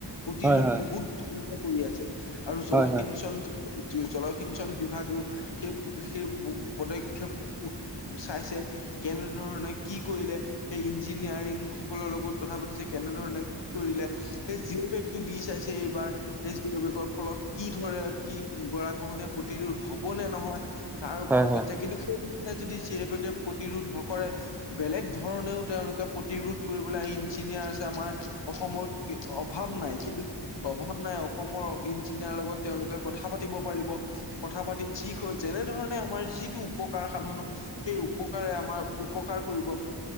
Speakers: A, on the left; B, in the centre.
A: প্ৰতিৰোধ
B: হয় হয় হয়
A: বহুত <unintelligible> কৰি আছে, আৰু জলসিঞ্চন-
B: হয় হয় হয়
A: জ-জলসিঞ্চন বিভাগেও সেই-সেই বো-পদক্ষেপ- চাইছে। কেনেধৰণে- কি কৰিলে, সেই ইঞ্জিনিয়াৰিং সকলৰ লগত কথা পাতিছে কেনে ধৰণে কি কৰিলে। সেই জিঅ' বেগটো দি চাইছে এইবাৰ। এই <unintelligible> বেগৰ ফলত কি ধৰে কি গৰাখহনীয়া প্ৰতিৰোধ হব নে নহয়। তাৰ ওপৰত
B: হয়
A: গৈছে,
B: হয়
A: কিন্তু সেই <unintelligible> যদি জিয়'বেগে প্ৰতিৰোধ নকৰে। বেলেগ ধৰণেও তেওঁলোকে প্ৰতিৰোধ কৰিবলৈ ইঞ্জিনিয়াৰ আছে আমাৰ অসমৰ অভাৱ নাই কিন্তু অভাৱ নাই অসমৰ ইঞ্জিনিয়াৰ লগত তেওঁলোকে কথা পাতিব পাৰিব। কথা পাতি যি হয় যেনে ধৰণে আমাৰ যিটো উপকাৰ সাধনত সেই উপকাৰে আমাৰ উপকাৰ কৰিব।